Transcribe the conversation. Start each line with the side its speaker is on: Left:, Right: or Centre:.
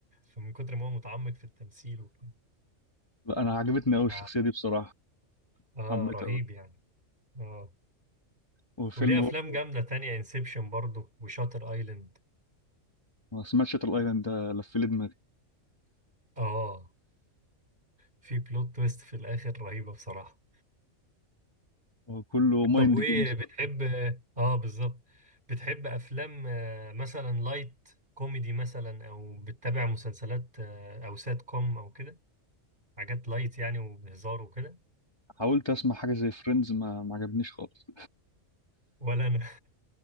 Right: فمن كتر ما هو متعمق في التمثيل وكده
Left: لا، انا عجبتني
Right: ف
Left: قوي الشخصيه دي بصراحه
Right: اه
Left: حبيتها
Right: رهيب
Left: قوي
Right: يعني اه
Left: والفيلم
Right: وليه افلام
Left: برضه،
Right: جامدة تانية انسبشن برضه وشاتر ايلاند
Left: ما سمعت شاتر ايلاند ده لف لي دماغي
Right: اه في بلوت تويست في الاخر رهيبة بصراحة
Left: هو كله مايند
Right: طب وايه
Left: جيمز
Right: بتحب
Left: ده.
Right: اه آه، بالظبط بتحب افلام آه، مثلا لايت كوميدي مثلا او بتتابع مسلسلات آه، او سات كوم او كده حاجات لايت يعني وبهزار وكده
Left: حاولت اسمع حاجه زي فريندز ما ما عجبنيش خالص
Right: ولا انا